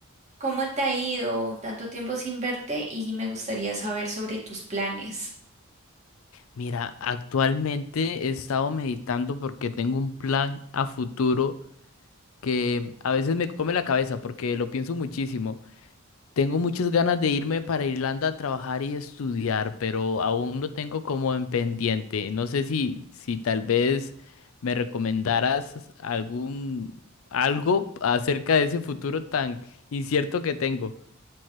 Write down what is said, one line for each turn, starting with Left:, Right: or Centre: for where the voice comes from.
Right: ¿Cómo te ha ido? Tanto tiempo sin verte y me gustaría saber sobre tus planes.
Left: Mira, actualmente he estado meditando porque tengo un plan a futuro que a veces me come la cabeza porque lo pienso muchísimo. Tengo muchas ganas de irme para Irlanda a trabajar y estudiar, pero aún lo tengo como en pendiente. No sé si, si tal vez me recomendaras algún algo acerca de ese futuro tan incierto que tengo.